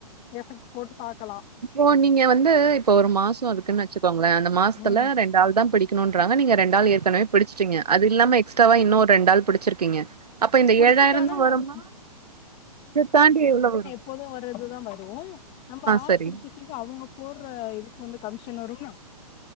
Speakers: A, on the left; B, on the right.
A: எஃபெக்ட் போட்டு பாக்கலா
B: ஓ நீங்க வந்து இப்போ ஒரு மாச இருக்குன்னு வச்சுக்கோங்ளே அந்த மாசத்துல
A: ம்
B: ரெண்டு ஆள்தா பிடிக்குணுன்றாங்க நீங்கத் ரெண்டாள் ஏற்கனவே பிடிச்ட்டிங்க அது இல்லாம எக்ஸ்ட்ராவா இன்னு ஒரு ரெண்டாள் புடிச்சிருக்கிங்க அப்போ இந்த
A: புடிச்சிட்டானா
B: ஏழாயிரந்தா
A: நம்
B: வரும்மா இதத்தாண்டி எவ்ளோ வரு
A: ப்போது வரதுதா வரு நம்ம ஆள்
B: சரி.
A: புடிச்சிர் திகு அவுங்க போர்ற இதுக்கு வந்து கம்ஷன் வரும்னா